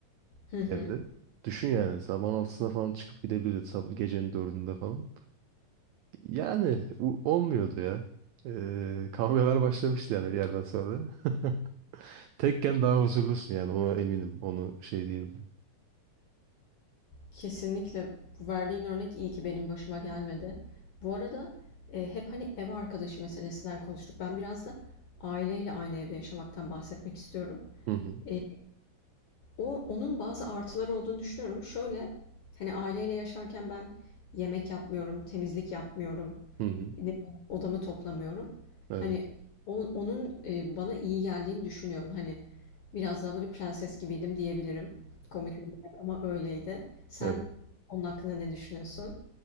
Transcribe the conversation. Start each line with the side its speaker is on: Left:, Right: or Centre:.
Left: Hı hı.
Right: evde. Düşün yani sabahın altısına falan çıkıp gidebiliyordu sab- gecenin dördünde falan. Yani u- olmuyordu ya. Ee, kavgalar başlamıştı yani bir yerden sonra. <laughs> Tekken daha huzurlusun yani ona eminim. Onu şey diyebilirim.
Left: Kesinlikle bu verdiğin örnek iyi ki benim başıma gelmedi. Bu arada e, hep hani ev arkadaşı meselesinden konuştuk. Ben biraz da aileyle aynı evde yaşamaktan bahsetmek istiyorum.
Right: Hı hı.
Left: E, o onun bazı artıları olduğunu düşünüyorum. Şöyle hani aileyle yaşarken ben yemek yapmıyorum, temizlik yapmıyorum
Right: Hı hı.
Left: ne bileyim, odamı toplamıyorum.
Right: Evet.
Left: Hani o- onun e, bana iyi geldiğini düşünüyorum. Hani biraz daha böyle prenses gibiydim diyebilirim. Komik olacak ama öyleydi. Sen
Right: Evet.
Left: onun hakkında ne düşünüyorsun?